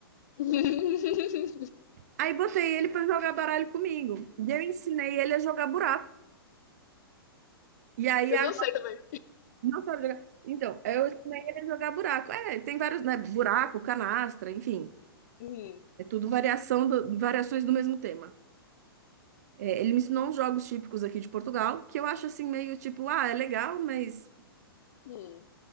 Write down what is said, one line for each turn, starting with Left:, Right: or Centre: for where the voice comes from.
Left: <laughs>
Right: Aí botei ele pra jogar baralho comigo. E eu ensinei ele a jogar buraco. E aí
Left: Eu
Right: agora
Left: não sei também.
Right: não sabe jogar. Então, eu ensinei ele a jogar buraco. É, tem vários, né, buraco, canastra, enfim.
Left: Hum,
Right: É tudo variação do- variações do mesmo tema. É, ele me ensinou uns jogos típicos aqui de Portugal, que eu acho assim meio tipo, ah, é legal, mas
Left: hum.